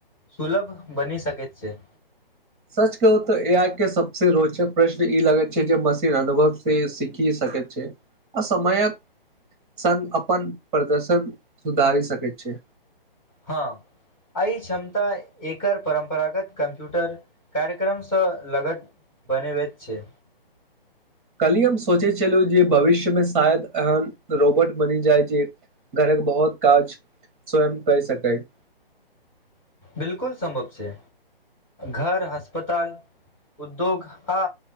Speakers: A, on the left; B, on the right.
A: सुलभ बनि सकैत छै।
B: सच कहू तऽ ए आइ के सबसे रोचक प्रश्न ई लगैत छै जे मशीन अनुभव से सीखि सकैत छै। आ समयक संघ अपन प्रदर्शन सुधारी सकैत छै।
A: हँ आ ई क्षमता एकर परम्परागत कम्प्यूटर कार्यक्रमसँ लगत बनेबैत छै।
B: कली हम सोचै छलहु जे भविष्यमे शायद एहन रोबोट बनि जाइ जे घरक बहुत काज स्वयं कै सकैत।
A: बिलकुल संभव छै घर अस्पताल उद्योग आ